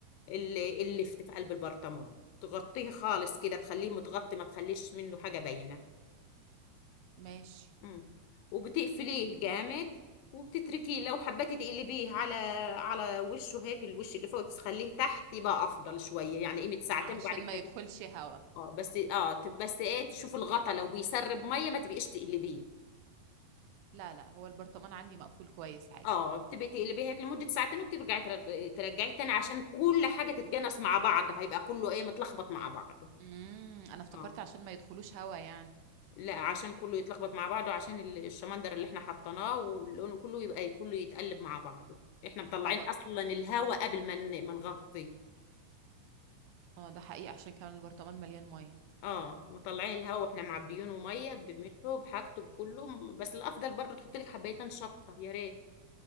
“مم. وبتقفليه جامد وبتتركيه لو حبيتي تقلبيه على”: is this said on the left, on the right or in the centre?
Left